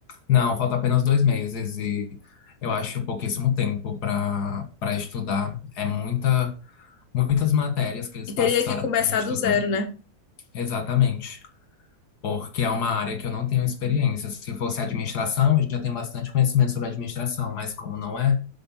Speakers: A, on the left; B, on the left.
A: Não, falta apenas dois meses e eu acho pouquíssimo tempo para para estudar. É muita Muitas matérias que eles
B: E
A: passaram
B: teria que começar
A: para a gente
B: do
A: estudar.
B: zero, né?
A: Exatamente. Porque é uma área que eu não tenho experiência. Se fosse administração, eu já tenho bastante conhecimento sobre administração, mas como não é,